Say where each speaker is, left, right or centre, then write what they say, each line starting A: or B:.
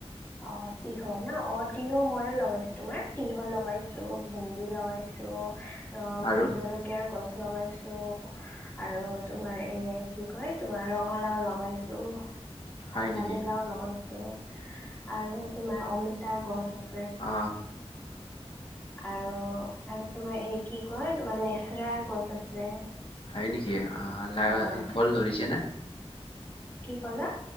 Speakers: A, on the left (about 15°); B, on the left (about 55°).
A: অ তিহ ন অ তিহ মই লগাইছো তোমাৰ তিহল লগাইছো ভেন্দি লগাইছো অ ভো
B: আৰু
A: জলকীয়াৰ গছ। লগাইছো। আৰু তোমাৰ এ কি কয় তোমাৰ ৰঙালাও লগাইছো।
B: হয়
A: আৰু
B: নেকি?
A: পানীলাও লগাইছো আৰু তোমাৰ অমিতাৰ গছ আছে।
B: অঁ।
A: আৰু। আৰু তোমাৰ এ কি কয় তোমাৰ লেচেৰাৰ গছ আছে।
B: হয় নেকি? অ
A: হয়,
B: ফল ধৰিছে ন।
A: কি ক'লা?